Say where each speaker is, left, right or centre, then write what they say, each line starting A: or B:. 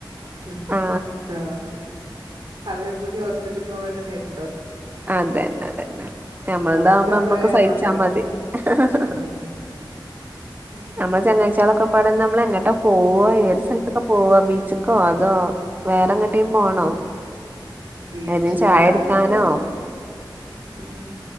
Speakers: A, on the right; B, on the right.
A: മ്
B: ആ
A: ആഹ് അവരെ കൂട്ടി ഹോസ്പിറ്റൽ പോവാതെ നേരണ്ടാവൂ.
B: അതന്നെതന്നെ ഞമ്മൾതാവുമ്പോ
A: നമ്മുക്ക് നമ്മളെ
B: നമ്മക്ക്
A: കാര്യം
B: സഹിച്ചാ
A: നോക്കാലോ
B: മതി ഹേ ഹി ഹി
A: ഉം ഉം.
B: ചങ്ങാഴ്ചകളൊക്കെ പാട നമ്മള് എങ്ങട്ടാ പോവ ഏത് സ്ഥലത്തൊക്കെ പോവ ബീച്ചക്കോ അതോ വേറെങ്ങട്ടിം പോണോ?
A: ബീച്ചിക്കാട്ട്
B: അയിന് ചായ കുടിക്കാനോ
A: പോവ. ഉം